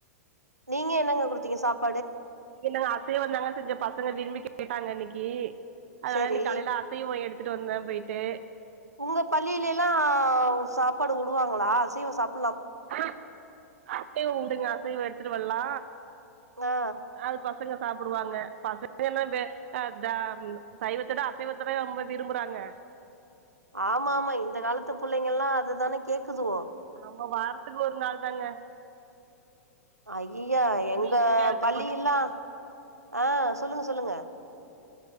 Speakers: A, on the right (about 80°); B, on the right (about 50°).
A: நீங்க என்னங்க குடுத்தீங்க சாப்
B: இல்லைங்க அசைவம் தாங்க செஞ்ச பசங்க விரும்பி கேட்டாங்க இன்னைக்கி கி அதனால
A: சேரி
B: இன்னைக்கு காலைய்ல அசைவம் எடுத்து எடுத்துட்டு வந்த போய்ட்டு
A: உங்க பள்ளியிலைலா சாப்பாடு வுடுவாங்களா அசைவ சாப்
B: அ அசைவ உண்டுங்க அசைவ எடுத்துட்டு வர்லா
A: ஆ
B: அது பச பசங்க சாப்டுவாங்க பசங்க என்ன வெ அ த சைவத்தோட அசைவத்ததா ரொம்ப விரும்புறாங்க
A: ஆமா ஆமா இந்த காலத்து புள்ளைங்கல்லா அதுதான கேக்குதுவோ
B: நம்ம வாரத்துக்கு ஒரு நாள்தாங்க
A: ஐய்யய்யா எங்க
B: பீன்ஸ் கேரட்டு
A: பள்ளியெல்லாம்
B: போட்டு
A: ஆ சொல்லுங்க சொல்லுங்க